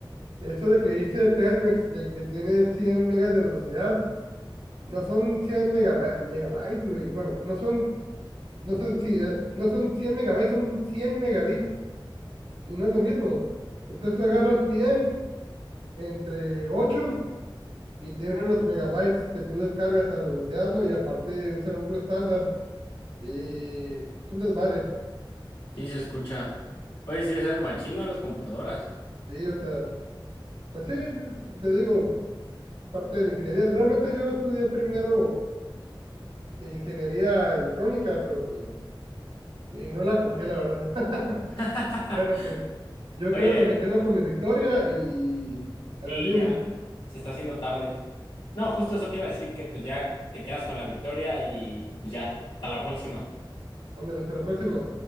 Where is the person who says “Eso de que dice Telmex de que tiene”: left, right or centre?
Right